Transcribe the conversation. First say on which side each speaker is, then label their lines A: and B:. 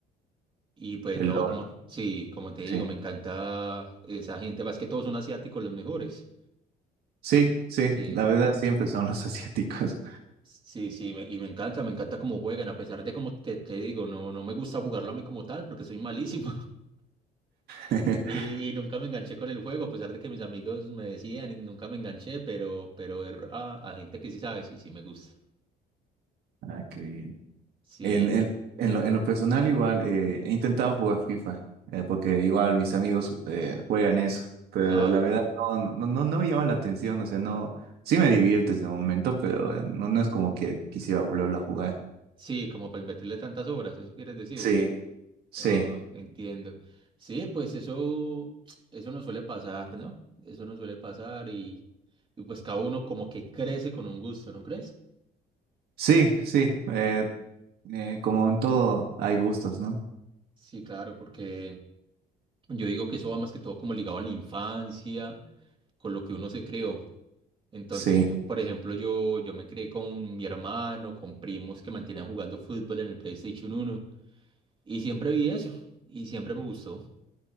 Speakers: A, on the right (about 30°); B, on the right (about 70°).
A: Y pues
B: El
A: no,
B: LOL,
A: como, sí, como te digo,
B: sí.
A: me encanta esa gente, más que todos son asiáticos los mejores.
B: Sí, sí,
A: Sí,
B: la verdad siempre son los asiáticos.
A: sí, sí, me- y me encanta, me encanta cómo juegan, a pesar de como te, te digo, no, no me gusta jugarlo a mí como tal, porque soy malísimo.
B: <laughs>
A: Y, y nunca me enganché con el juego, a pesar de que mis amigos me decían y nunca me enganché, pero, pero ver a, a gente que sí sabe, sí, sí me gusta.
B: Ah, qué bien.
A: Sí,
B: En, en, en lo, en lo personal igual, eh, he intentado jugar FIFA, eh, porque igual mis amigos eh, juegan eso, pero
A: claro.
B: la verdad no, no, no, no me llama la atención, o sea, no, sí me divierte ese momento, pero eh, no, no es como que quisiera volverlo a jugar.
A: Sí, como para invertirle tantas obras, ¿eso quieres decir?
B: Sí, sí,
A: Ah, entiendo. Sí, pues eso, eso no suele pasar, ¿no? Eso no suele pasar y, y pues cada uno como que crece con un gusto, ¿no crees?
B: sí, sí, eh, eh, como en todo hay gustos, ¿no?
A: Sí, claro, porque yo digo que eso va más que todo como ligado a la infancia, con lo que uno se creó. Entonces,
B: Sí.
A: p- por ejemplo, yo, yo me crié con mi hermano, con primos que mantenían jugando fútbol en el PlayStation 1 y siempre vi eso y siempre me gustó.